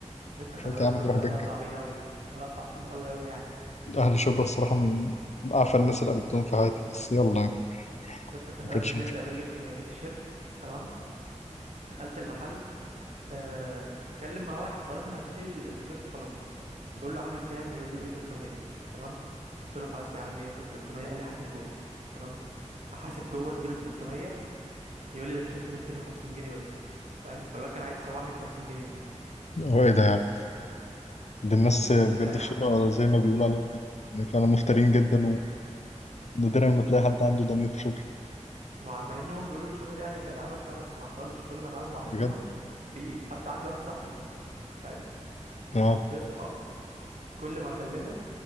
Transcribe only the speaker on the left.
فقلت
يا عم
نروح
بجه
اهل شبرا الصراحه من من اعفى الناس اللي قابلتهم في حياتي بس يلا يعني
ما
كانتش
مشكله
هو ايه ده يعني دي الناس
بجد
في
شبرا زي ما بيقولوا عليهم كده يعني فعلا مفترين جدا ونادرا ما تلاقي حد عنده ضمير في شبرا
بجد
اه